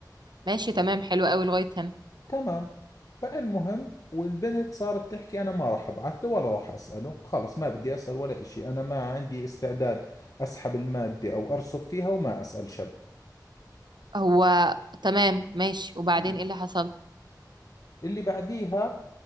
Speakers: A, on the right; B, on the left.
A: ماشي تمام حلو قوي لغاية هنا
B: تمام فالمهم والبنت صارت تحكي أنا ما راح أبعث له ولا راح أسأله خلص ما بدي أسأل ولا إشي أنا ما عندي استعداد أسحب المادة أو أرسب فيها وما أسأل شب
A: هو تمام ماشي وبعدين
B: مم.
A: ايه اللي حصل
B: اللي بعديها